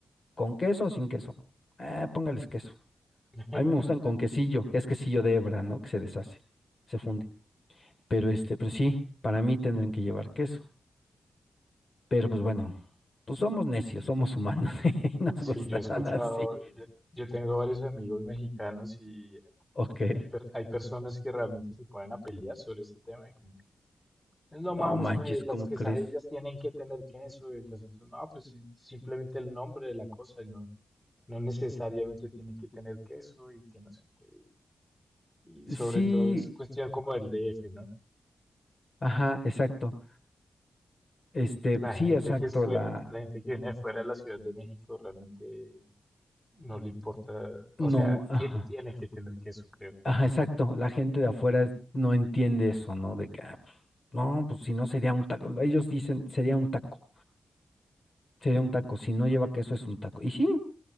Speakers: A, on the left; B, in the centre.
A: ¿con queso o sin queso? Ah, póngales queso.
B: <laughs>
A: A mí me gustan con quesillo, que es quesillo de hebra, ¿no? Que se deshace, se funde. Pero este, pues sí, para mí tendrán que llevar queso. Pero pues bueno, pues somos necios, somos humanos <laughs> y nos
B: Sí,
A: gustarán
B: yo he escuchado,
A: así.
B: yo, yo tengo varios amigos mexicanos y
A: Ok,
B: hay, per- hay personas que realmente se ponen a pelear sobre este tema y como que No
A: no
B: mames,
A: manches,
B: güey, las
A: ¿cómo
B: quesadillas
A: crees?
B: tienen que tener queso y las otras no, pues sí, simplemente el nombre de la cosa y no, no necesariamente tiene que tener queso y que no sé qué. Y sobre
A: Sí,
B: todo es cuestión como del DF, ¿no?
A: ajá, exacto. Este,
B: La
A: sí,
B: gente
A: exacto,
B: que es fue,
A: la,
B: la gente que viene de fuera de la Ciudad de México realmente no le importa, o
A: no,
B: sea,
A: ajá,
B: ti- tiene que tener queso, creo.
A: ajá, exacto. La gente de afuera no entiende eso, ¿no? De que, ah, pues, no, pues si no sería un taco. Ellos dicen, sería un taco, sería un taco. Si no lleva queso es un taco. Y sí,